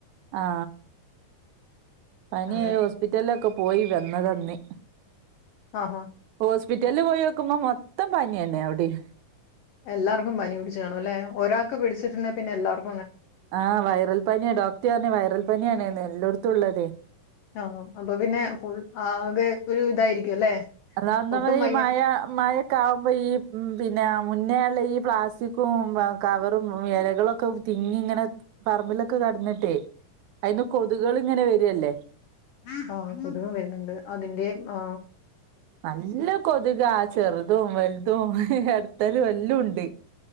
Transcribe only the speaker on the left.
അതെ
ആ ആ
എല്ലാർക്കും പനി പിടിച്ച് കാണും അല്ലെ ഒരാൾക്ക് പിടിച്ചിട്ടെ പിന്നെല്ലാർക്കൂം
ആഹ് അപ്പൊ പിന്നെ ഫുൾ ആകെ ഒരു ഇതായിരിക്കും അല്ലെ
ഒട്ടും
വയ്യ
ആ കൊത്കും വെരുന്നുണ്ട് അതിന്റെ ആ